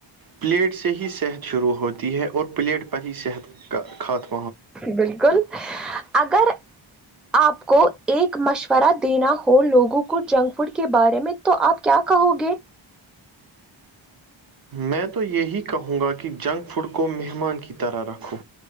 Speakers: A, on the right; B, in the centre.
A: پلیٹ سے ہی صحت شروع ہوتی ہے اور پلیٹ پر ہی صحت کا کھاتم
B: بالکل اگر آپ کو ایک مشورہ دینا ہو لوگوں کو جنک فوڈ کے بارے میں تو آپ کیا کہو گے
A: میں تو یہی کہوں گا کہ جنک فوڈ کو مہمان کی طرح رکھو